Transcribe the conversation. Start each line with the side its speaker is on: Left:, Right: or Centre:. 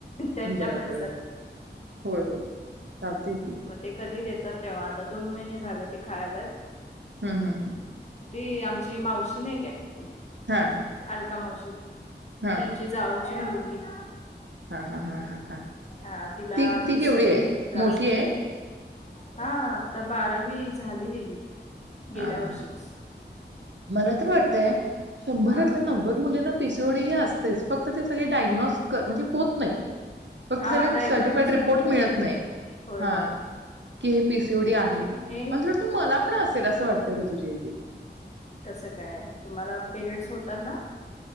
Left: त्यांच्या
Right: बर,
Left: पैशातून.
Right: बर होय, होय चालतय की.
Left: म ते कधी देत तर तेव्हा आता दोन महिने झाले ते खायल्यात.
Right: हूं हूं हूं
Left: ती आमची मावशी नाय काय
Right: हा
Left: अलका मावशी
Right: हा
Left: <inaudible> त्यांची जावची मुल <inaudible>
Right: हा, हा, हा, हा, हा
Left: हा तिला
Right: ती ती
Left: पीसीओडीचा
Right: केवढी आहे
Left: त्रास
Right: मोठी
Left: आहे. हा आता बारावी झाली तिची. गेल्या
Right: हा, हा,
Left: वर्षीच
Right: हा मला तर वाटतय शंभरातल्या
Left: हा
Right: नव्वद मुलींना पिसओडी हे असतयच फक्त ते सगळे डायग्नोज म्हणजे होत नाही. फक्त
Left: हा
Right: त्या
Left: डायग्नोसिस
Right: सर्टिफाईड रिपोर्ट
Left: करता
Right: मिळत
Left: यायला
Right: नाही
Left: पाहिजे. होय
Right: हा
Left: होय
Right: की हे पीसीओडी आहे
Left: हे
Right: मला तर वाटतं मला पण असेल अस वाटत ऋतुजा दी <unintelligible>
Left: कसं काय तुम्हाला पिरियड्स होतात ना?